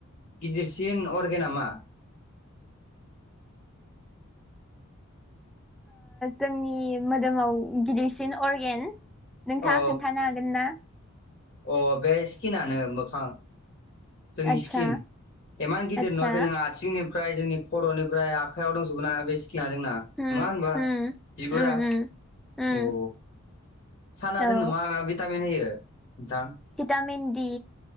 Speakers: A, on the left; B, in the centre.
A: गिदिरसिन अर्गेना मा?
B: जोंनि मोदोमाव गिदिरसिन अरगेन नोंथाङा
A: औ
B: खोन्थानो हागोन ना?
A: अ बे स्किनानो मोखां। जोंनि
B: आदसा
A: स्किन इमान गिदिर
B: आदसा
A: नुवाखै नोङो आथिंनि फ्राय जोंनि खर'निफ्राय आखायाव दंजोबो ना बे सि किना जोंना
B: उम
A: नङा होनबा
B: उम
A: बिगुरा
B: उम उम उम
A: अ। साना
B: औ
A: जोंनो मा मा भिटामिन होयो? नोंथां
B: भिटामिन दि।